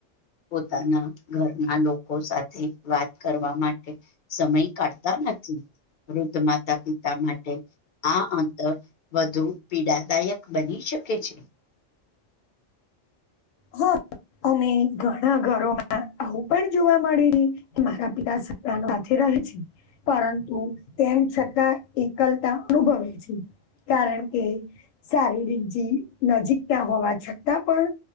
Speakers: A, on the left (about 60°); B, on the left (about 80°).
A: પોતાના ઘરના લોકો સાથે વાત કરવા માટે સમય કાઢતા નથી વૃદ્ધ માતા પિતા માટે આ અંતર વધુ પીડાદાયક બની શકે છે.
B: હા, અને ઘણા ઘરોમાં આવું પણ જોવા મળે છે, કે મારા પિતા સપરા સાથેથે રહે છે. પરંતુ તેમ છતાં એકલતા અનુભવે છે. કારણ કે સારી રીજી નજીકતા હોવા છતાં પણ